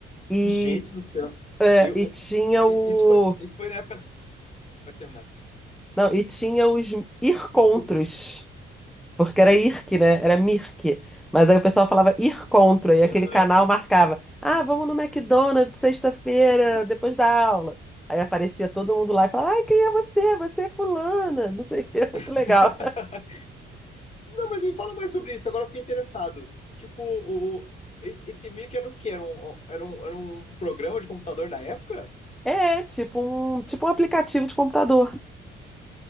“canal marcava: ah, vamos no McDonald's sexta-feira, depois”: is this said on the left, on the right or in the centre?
Centre